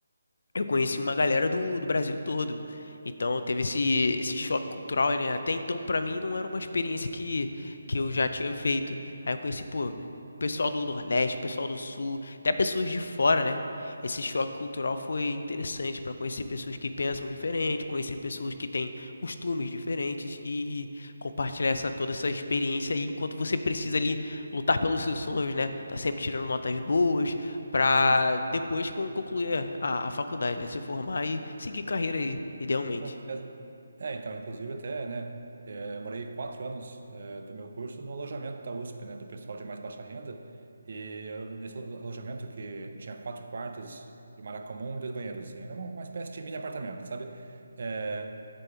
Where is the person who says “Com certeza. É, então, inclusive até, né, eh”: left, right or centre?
Right